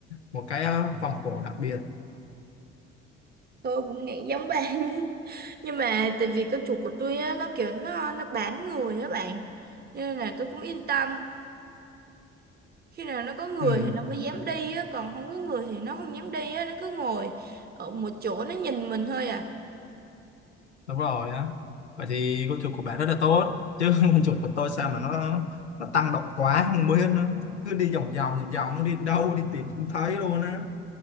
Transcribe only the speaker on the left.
một cái ờ, vòng cổ đặc biệt
ừ.
đúng rồi á vậy thì con chuột của bạn rất là tốt chứ <laughs> con chuột của tôi sao mà nó nó tăng động quá không biết nữa cứ đi vòng vòng vòng vòng nó đi đâu đi tìm không thấy luôn á